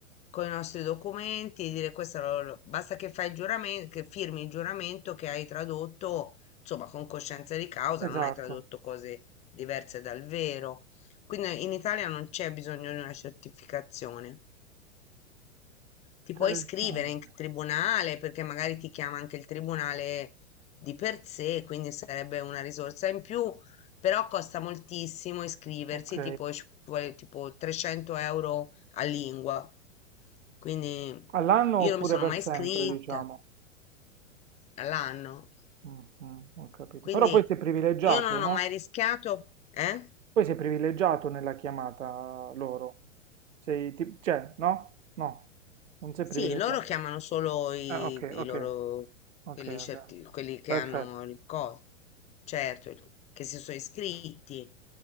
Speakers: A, on the left; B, on the right.
A: con i nostri documenti, dire questo, lo- lo- basta che fai il giuramento, che firmi il giuramento che hai tradotto, insomma, con coscienza di causa, non
B: Esatto,
A: hai tradotto cose diverse dal vero. Quindi in Italia non c'è bisogno di una certificazione. Ti puoi
B: interessante.
A: iscrivere in tribunale perché magari ti chiama anche il tribunale di per sé, quindi sarebbe una risorsa in più, però costa moltissimo iscriversi,
B: Ok.
A: tipo ci vuole tipo 300 euro a lingua. Quindi
B: All'anno
A: io
B: oppure
A: non mi sono
B: per
A: mai
B: sempre,
A: iscritta
B: diciamo.
A: all'anno,
B: Mhm, ho capito.
A: quindi
B: Però poi sei privilegiato,
A: io non
B: no?
A: ho mai rischiato, eh?
B: Poi sei privilegiato nella chiamata loro. Sei, ti- cioè, no? No, non sei
A: Sì,
B: privilegiato.
A: loro chiamano solo i,
B: Ah, okay,
A: i
B: okay.
A: loro,
B: Okay,
A: quelli, certi-
B: okay.
A: quelli che
B: Perfetto,
A: hanno il coso, certo, il- che si sono iscritti,